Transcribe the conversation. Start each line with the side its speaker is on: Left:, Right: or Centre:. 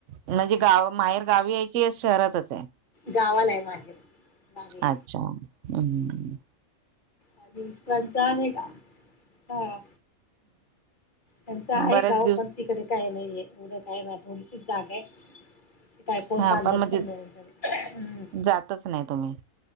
Right: म्हणजे गाव, माहेर गावी आहे की शहरातच ए?
Left: गावाला ए माहेर. गावी
Right: अच्छा. हम्म्.
Left: अ विश्रांचा आहे का? हा. त्यांचं आहे
Right: बरेच
Left: गाव
Right: दिवस
Left: पण तिकडे काय नाहीये एवढं काय नाय थोडीशी जागा आहे. काय कोण
Right: हा
Left: बांधत
Right: म्हणजे
Left: पण नाही घर. हम.
Right: जातच नाही तुम्ही